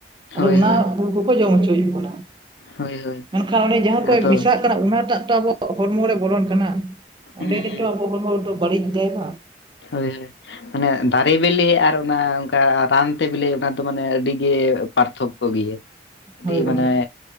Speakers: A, on the right; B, on the left.
A: ᱟᱫᱚ
B: ᱦᱳᱭ
A: ᱚᱱᱟ
B: ᱦᱳᱭ
A: ᱩᱞ ᱠᱚᱠᱚ ᱡᱚᱢ ᱦᱚᱪᱚᱭᱮᱫ ᱵᱚᱱᱟ᱾
B: ᱦᱳᱭ ᱦᱳᱭ
A: ᱢᱮᱱᱠᱷᱟᱱ ᱚᱸᱰᱮ ᱡᱟᱦᱟᱸ ᱠᱚ
B: ᱟᱫᱚ
A: ᱢᱮᱥᱟᱜ
B: ᱦᱩᱸ
A: ᱠᱟᱱᱟ ᱚᱱᱟᱴᱟᱜ ᱛᱚ ᱟᱵᱚ ᱦᱚᱲᱢᱚ ᱨᱮ ᱵᱚᱞᱚᱱ ᱠᱟᱱᱟ᱾
B: ᱦᱩᱸ
A: ᱚᱸᱰᱮ ᱜᱮ <unintelligible> ᱟᱵᱚᱣᱟ ᱦᱚᱲᱢᱚ ᱨᱮᱫᱚ ᱵᱟᱲᱤᱡ ᱫᱟᱭ ᱵᱟᱝ᱾
B: ᱦᱳᱭ᱾ ᱢᱟᱱᱮ ᱫᱟᱨᱮ ᱵᱤᱞᱤ ᱟᱨ ᱚᱱᱟ ᱚᱝᱠᱟ ᱨᱟᱱᱛᱮ ᱵᱮᱞᱮ ᱚᱱᱟ ᱫᱚ ᱢᱟᱱᱮ ᱟᱹᱰᱤᱜᱮ ᱯᱟᱨᱛᱷᱚᱠ᱾ ᱠᱚ ᱜᱮᱭᱟ, ᱟᱹᱰᱤ
A: ᱦᱳᱭ ᱜᱚᱝᱠᱮ
B: ᱢᱟᱱᱮ